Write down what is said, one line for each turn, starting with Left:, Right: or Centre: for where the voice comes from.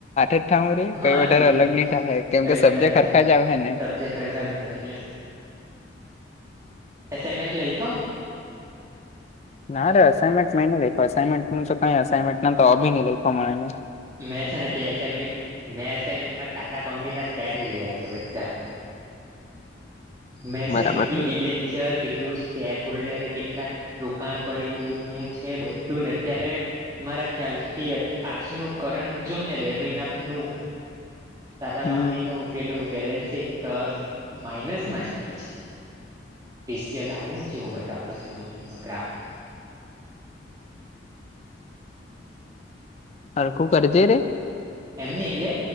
Left: જ થાવું રે,
Right: હા
Left: કઈ વધારે
Right: સિક્સમાં
Left: અલગ નીં થાહે. કેમ
Right: કઈ
Left: કે
Right: વધારે
Left: સબજેકટ
Right: અલગ
Left: હરખા જ આવે ને.
Right: સબ્જેક્ટ સરખા જ આવહે એટલે. એસાઈમેન્ટ લઈખો.
Left: ના રે અસાનમેન્ટ મેં લયખો. અસાઈમેન્ટનુ તો કાંઈ અસાઇમેન્ટ તો ભી ની લઈખો મળે.
Right: મેં છે ને તે એસાઇમેન્ટ, મેં એસાનમેન્ટમાં ટાટા કંપનીના શેર લેઈ લીધા છે બધા. મેં છે
Left: બરાબર
Right: ને કેટલું ડિબેન્ચર, કેટલું શેર હોલ્ડર એ કેટલા રોકાણ કરેલું હું છે બધું ને અત્યારે મારા ખ્યાલથી આજનું કરંટ જોમ ને, બે મહિનાનું. ટાટા
Left: હમ
Right: કંપનીનું પેલું બેલેન્સ શીટ તો માઈનસ. મા જાતી છે પ્રેસર ડાઉન જેવું બતાવતું મને એનો ગ્રાફ.
Left: હરખું કરતી રે.
Right: એમ ની એટલે